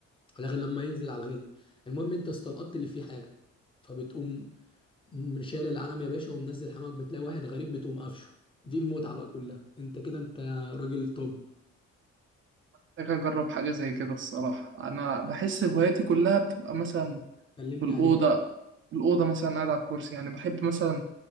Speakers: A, on the left; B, on the right.
A: ولا غير لما ينزل على الغيه المهم انت استلقطت اللي فيه حاجه فبتقوم من شايل العلم يا باشا ومنزل حمامك بتلاقي واحد غريب بتقوم قفشه دي المتعه بقى كلها انت كده انت راجل توب
B: محتاج أجرب حاجة زي كده الصراحة أنا بحس هواياتي كلها بتبقى مثلا
A: كلمني
B: في الأوضة
A: عليها
B: في الأوضة مثلا قاعد على الكرسي يعني بحب مثلا